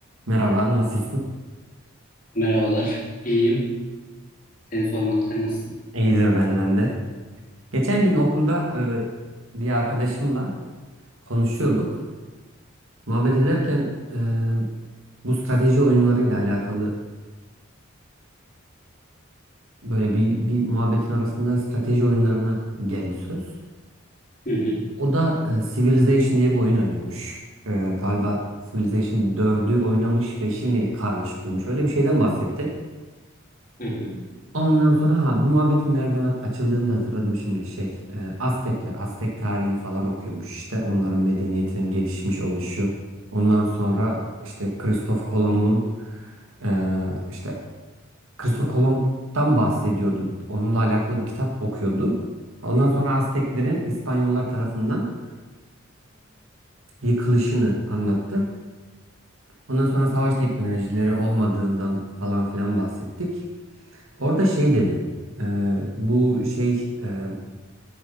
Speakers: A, on the right; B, on the left.
A: Merhaba, nasılsın?
B: Merhabalar. İyiyim. Seni sormalı. Sen nasılsın?
A: İyidir benden de. Geçen gün okulda e, bir arkadaşımla konuşuyorduk. Muhabbet ederken e, bu strateji oyunlarıyla alakalı böyle bir, bir muhabbetin arasında strateji oyunlarına geldi söz.
B: Hı hı.
A: O da e, Civilization diye bir oyun oynuyormuş. E, galiba Civilization dördü oynamış, beşi mi karmaşık bulmuş. Öyle bir şeyden bahsetti.
B: Hı hı.
A: Ondan sonra ha bu muhabbetin nereden açıldığını da hatırladım şimdi şey e, Aztekler Aztek tarihi falan okuyormuş işte onların medeniyetinin gelişmiş oluşu. Ondan sonra işte Kristof Kolomb'un e, işte Kristof Kolomb'dan bahsediyordu. Onunla alakalı bir kitap okuyordu. Ondan sonra Azteklerin İspanyollar tarafından e, yıkılışını anlattı. Ondan sonra savaş teknolojileri olmadığından falan filan bahsettik. Orada şey dedi. e, bu şey e,